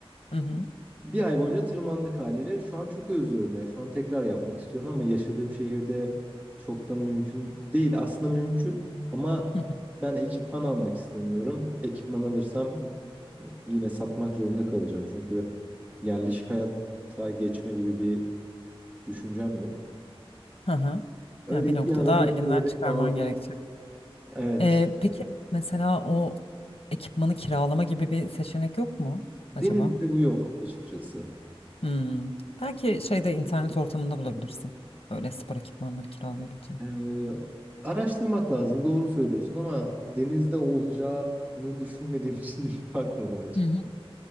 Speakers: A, on the left (about 70°); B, on the right (about 15°).
A: Hı hı.
B: Bir ay boyunca tırmandık haliyle. Şu an çok özlüyorum ya. Şu an tekrar yapmak istiyorum ama yaşadığım şehirde çok da mümkün değil. Aslında mümkün ama
A: Hı hı.
B: ben ekipman almak istemiyorum. Ekipman alırsam yine satmak zorunda kalacağım. Çünkü yerleşik hayata geçme gibi bir düşüncem yok.
A: Hı hı.
B: Öyle
A: Yani bir
B: iki
A: noktada
B: arada
A: elinden
B: bir derede
A: çıkarman
B: kaldım.
A: gerekecek.
B: Evet.
A: Ee, peki mesela o ekipmanı kiralama gibi bir seçenek yok mu
B: Denizde
A: acaba?
B: bu yok açıkçası.
A: Hmm. Belki şeyde internet ortamında bulabilirsin. Öyle spor ekipmanları kiralayabileceğin.
B: Ee, araştırmak lazım. Doğru söylüyorsun ama denizde olacağını düşünmediğim için <laughs> bakmadım açık.
A: Hı hı.